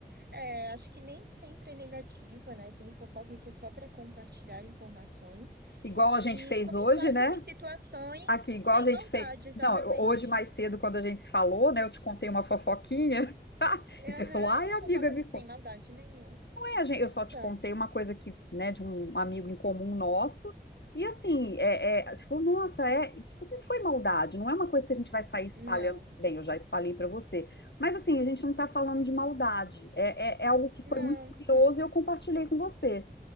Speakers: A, on the right (about 65°); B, on the left (about 75°).
A: É, acho que nem sempre é negativa, né? Tem fofoca que é só para compartilhar informações
B: Igual a gente
A: e
B: fez
A: comentar
B: hoje, né?
A: sobre situações
B: Aqui, igual
A: sem
B: a gente
A: maldade,
B: fez.
A: exatamente.
B: Não, hoje mais cedo, quando a gente se falou, né? Eu te contei uma fofoquinha. <laughs>
A: É
B: E você falou, ai,
A: uma
B: amiga,
A: fofoca
B: me conta.
A: sem maldade nenhuma.
B: É, a gen-
A: Exato.
B: eu só te contei uma coisa que, né, de um amigo em comum nosso. E assim, é, é, você falou, nossa, é, tipo, não foi maldade, não é uma coisa que a gente vai sair espalhando.
A: Não,
B: Bem, eu já espalhei para você. Mas assim, a gente não está falando de maldade. É, é, é algo que foi
A: não.
B: muito curioso e eu compartilhei com você.